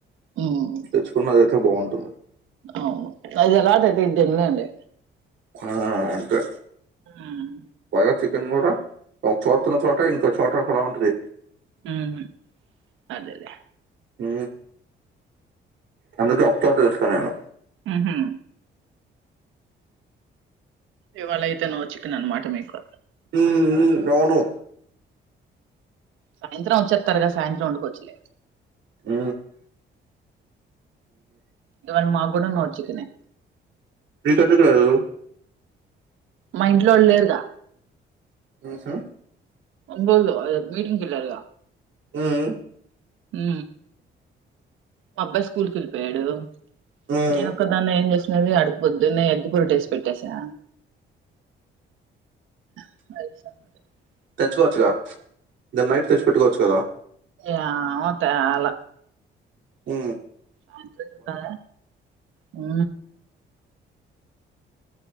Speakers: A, on the right; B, on the right.
A: ఉమ్
B: లేచుకున్నది అ బాగుంటుంది
A: అవును అఐదు ఎలాట అయితే ఇద్దన్నలే అండి
B: ఆ అంతే
A: ఉమ్
B: పగా చికెన్ కూడా ఒక చోరుతున్న చోట ఇంకో చోటలా ఉంటది
A: ఉహు అదేదే
B: ఏ అందుక ఒక దస్తకాను
A: ఉహు ఇవాళ అయితే న వచ్చకును అనమాట మీకు
B: ఉమ్ అవును
A: సాయంత్రం వచ్చేస్తారుగా సాయంత్రం ఉండుకోవచ్చలే
B: ఊ
A: ఇవాళ మాగుణ నో చికెన్
B: మీ అందుకు రాదు
A: మా ఇంట్లో వాళ్ళులేరుగా
B: అ చా
A: అబదు అ మీటింగ్ కిల్రుగా
B: హ్మ్.
A: హు మా అబ్బాయి స్కూల్ కి వెళ్ళిపోయాడు
B: హ్మ్.
A: నేనొక్కదాన్న ఏం చే ది అడుకుపోద్దు న ఎగ్ పొరు టేస్ట్ పెట్టేసా
B: ఆ
A: <unintelligible>
B: తెచ్చుకోవచ్చు క దన్ని నైట్ తెచ్చి పెట్టుకోవచ్చు కదా
A: ఆ తేళ
B: ఉ
A: సాయంత్రా హు